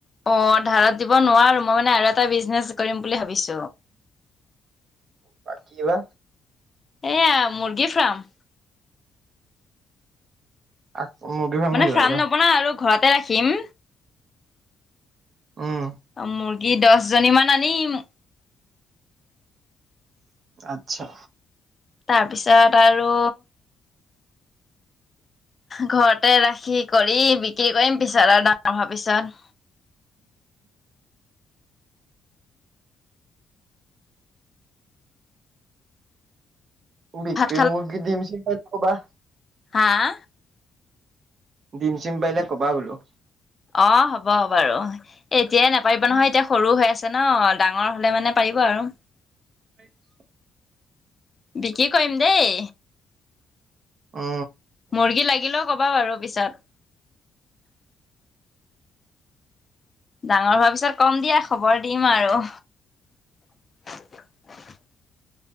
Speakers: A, on the left (about 30°); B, on the right (about 50°).
A: অ ধাৰত দিব নোৱাৰো, মই মানে আৰু এটা বিজনেচ কৰিম বুলি ভাবিছো।
B: বা কি বা?
A: এয়া মূৰ্গী ফাৰ্ম।
B: আকৌ মুৰ্গী
A: মানে
B: খুলিবা
A: ফাৰ্ম
B: এইবাৰ
A: নবনাও আৰু ঘৰতে ৰাখিম।
B: উম
A: মূৰ্গী দহ জনী মান আনিম।
B: আচ্ছা।
A: তাৰপিছত আৰু ঘৰতে ৰাখি কৰি বিক্ৰী কৰিম, পিছত আৰু ডাঙৰ হোৱা পিছত।
B: বিক্ৰী
A: ভাত
B: মূৰ্গি দিম চিম পাৰিলে ক'বা।
A: হাঁ?
B: ডিম চিম পাৰিলে কবা বোলো।
A: অ হ'ব বাৰু এতিয়াই নাপাৰিব নহয় এতিয়া সৰু হৈ আছে ন ডাঙৰ হলে মানে পাৰিব আৰু।
B: <inaudible>
A: বিকি কৰিম দেই?
B: অ।
A: মূৰ্গী লাগিলেও ক'বা বাৰু পিছত। ডাঙৰ হোৱাৰ পিছত কম দিয়া খবৰ দিম আৰু। <inaudible>